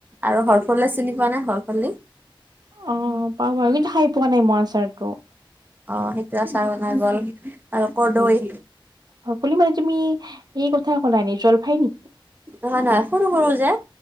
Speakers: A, on the right; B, on the right.
A: আৰু হৰফলা চিনি পোৱা নাই হৰফলি।
B: অহ' পাওঁ বাৰু কিন্তু, খাই পোৱা নাই মই আচাৰটো।
A: অহ' সেইটো আচাৰ বনাই গ'ল আৰু কৰ্দৈ।
B: সকলো মানে তুমি, এই কথা কলাই নি জলফাই নেকি।
A: নহয়, নহয় সৰু সৰু যে।